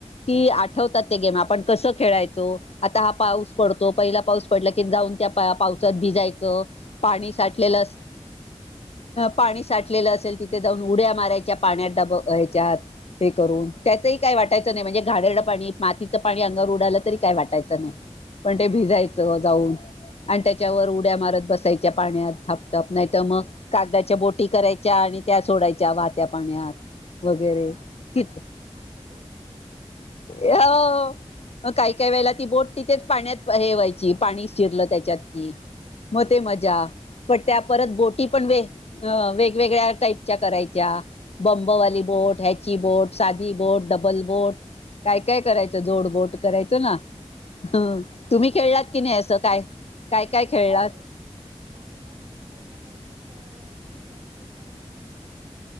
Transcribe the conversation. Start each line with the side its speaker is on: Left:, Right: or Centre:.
Left: की आठवतात ते गेम आपण कसं खेळायचो आता हा. पाऊस पडतो पहिला पाऊस पडला की जाऊन त्या पावसात भिजायचं. पाणी
Right: पावसात
Left: साठलेलं
Right: भिजायचं बरोबर
Left: पाणी साठ. लेलं असेल तिथे जाऊन उड्या मारायच्या पाण्यात डबयच्या. ते करून त्याचंही काय वाटायचं नाही म्हणजे घाणेरड पाणी मातीचं पाणी अंगावर उडालं तरी काय वाटायचं नाही. पण ते भिजायचं
Right: बरोबर.
Left: जाऊन आणि त्याच्यावर उड्या मारत बसायच. च्या पाण्यात थापथाप नाहीत मग कागदाच्या बोटी करायच्या आणि त्या सोडायच्या वाहत्या पाण्यात. वगैरे
Right: पाण्यात सोडायच्या
Left: कि
Right: माझी बोट पुढे गेली
Left: अ. मग काही काही वेळेला ती बोट तिथेच पाण्यात हे व्हायची पाणी शिरलं त्याच्यात की. मते मजा पण त्या परत बोटी
Right: आणि
Left: पण वे. अ वेगवेगळ्या टाईपच्या करायच्या बंबवाली बोट ह. ची बोट साधी बोट डबल बोट काय काय करायचं जोड बोट करायचं ना. हा. कि नाही असं काय.
Right: हो
Left: काय खेळलात
Right: हो बोट आम्ही पण पहिल्या पावसात. भिजायचो सर्व मैत्रिणी